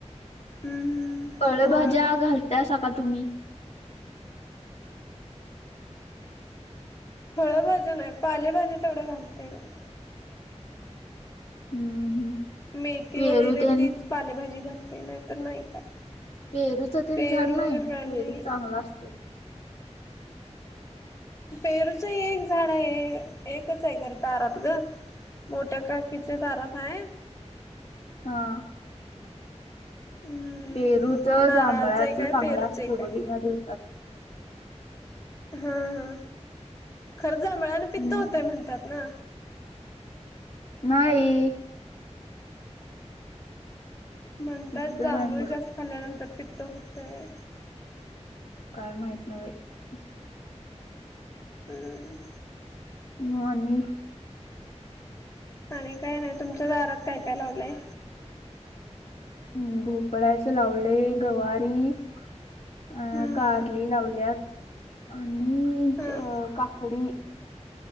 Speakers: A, on the left; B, on the left.
A: हम्म
B: फळ
A: होय
B: भाज्या घालत अस का तुम्ही
A: फळभज्या नाही, पालेभाजी तेवढ घालते ग
B: हम्म हम्म
A: मेथी
B: पेरू
A: वगैरे
B: तेन
A: तेच पालेभाजी घालते नाही तर नाही काय
B: पेरूच तेन
A: पेरू
B: झाड नाही
A: वगैरे काय
B: पेरू
A: नाही.
B: चांगला असते.
A: पेरूच एक झाड आहे एकच आहे खर एकच आहे दरात ग मोठ्या काकाच्या दरात आहे.
B: हा.
A: हम्म
B: पेरूच
A: नारळाचं
B: जांभळाच
A: एक आहे
B: चांगलं
A: पेरूचं
B: असते
A: एक
B: बघ
A: आहे.
B: या दिवसात
A: हा हा खरं जांभळणे पित्त
B: हम्म.
A: होतंय म्हणतात ना
B: नाही.
A: म्हणतात
B: पित्त
A: जांभूळ
B: नाही होत
A: जास्त खाल्ल्यानंतर पित्त होतय.
B: काय माहित नाही बाई
A: हम्म.
B: नाही.
A: आणि काय नाही तुमच्या दारात काय काय लावलंय.
B: हम्म भोपळ्याच लावले गवारी अ
A: हम्म
B: कारली लावल्यात आणि
A: हम्म
B: अ काकडी